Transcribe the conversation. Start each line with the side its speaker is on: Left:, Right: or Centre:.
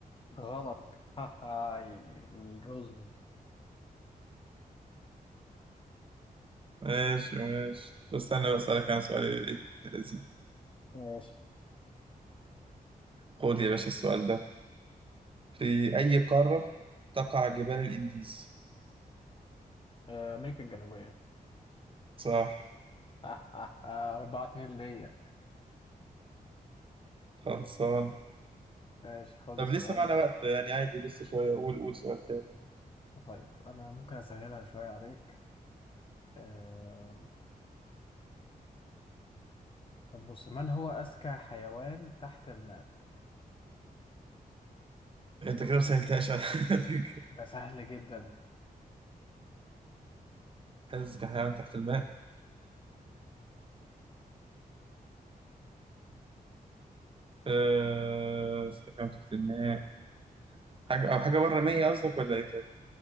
Left: غلط <laughs> هاي الرز
Right: ماشي ماشي طب استنى بسألك أنا سؤال ابن لذيذ
Left: ماشي
Right: خد يا باشا السؤال ده في أي قارة تقع جبال الإنديز؟
Left: آه، أمريكا الجنوبية
Right: صح
Left: <laughs> أربعة اتنين ليا
Right: خلصان
Left: ماشي خد
Right: طب
Left: السؤال
Right: لسه معنا
Left: ده
Right: وقت يعني عادي لسه شوية قول قول سؤال تاني
Left: طيب أنا ممكن أسهلها شوية عليك آه، طب بص من هو أذكى حيوان تحت الماء
Right: أنت كده مسهلتهاش على فكرة
Left: ده سهل جدا
Right: حاسس كحيوان تحت الماء أه... كحيوان تحت الماء حاجة أو حاجة بره مية قصدك ولا إيه طيب؟